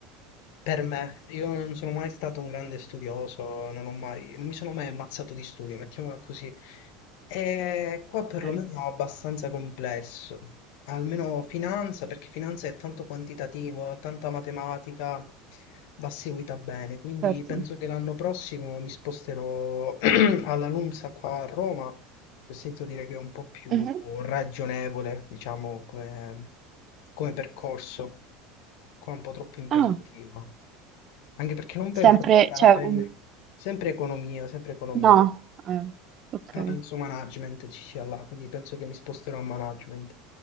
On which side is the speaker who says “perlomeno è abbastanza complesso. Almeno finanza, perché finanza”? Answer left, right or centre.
Left